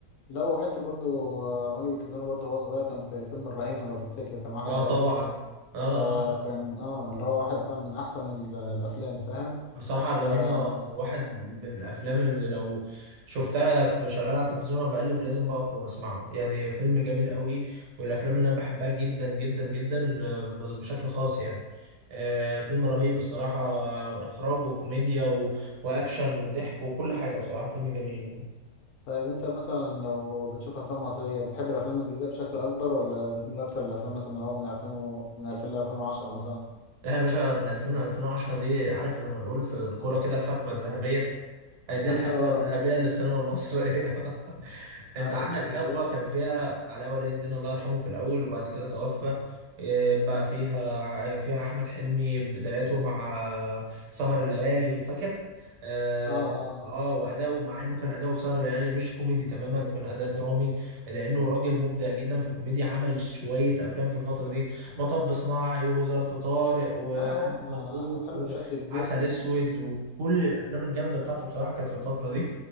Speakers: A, on the left; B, on the right.
A: لا وحتى برضو آه، ماجد الكدواني برضو هو صغير كان في فيلم الرهينة لو تفتكر كان مع أحمد
B: اه طبعا
A: عز
B: اه
A: آه
B: اه
A: كان اه اللي هو واحد بقى من أحسن ال- الأفلام فاهم
B: بصراحة الرهينة
A: آه
B: واحد من الأفلام اللي لو شفتها في شغالة على التلفزيون وأنا بقلب لازم بقف وبسمعه يعني فيلم جميل قوي والأفلام اللي أنا بحبها جدا جدا جدا آه، بشكل خاص يعني آه، فيلم رهيب الصراحة آه، إخراج وكوميديا و... وأكشن وضحك وكل حاجة بصراحة فيلم جميل
A: طيب أنت مثلا لو بتشوف أفلام مصرية بتحب الأفلام الجديدة بشكل أكبر ولا بتميل أكتر للأفلام مثلا اللي هو من 2000 و... من 2000 ل 2010 مثلا
B: لا يا باشا من 2000 ل 2010 دي عارف لما نقول في الكورة كده الحقبة الذهبية هي
A: <laughs>
B: دي الحقبة
A: اه
B: الذهبية للسينما المصرية <laughs>
A: اه
B: انت عندك
A: كان بشكل
B: حقبة
A: كبير
B: كان فيها علاء ولي الدين الله يرحمه في الأول وبعد كده توفى
A: اه
B: إيه بقى فيها فيها أحمد حلمي بدايته مع سهر الليالي فاكر؟ اه
A: اه اه
B: آه، وأداؤه مع إنه كان أداؤه في سهر الليالي مش كوميدي تماما وكان أداء درامي لأنه راجل مبدع جدا في الكوميديا عمل شوية أفلام في الفترة دي مطب صناعي وظرف طارق والف
A: لا هو أحمد
B: مبروك
A: أحمد حلمي بشكل كبير
B: وعسل اسود وكل الافلام الجامده بتاعته بصراحه كانت في الفتره دي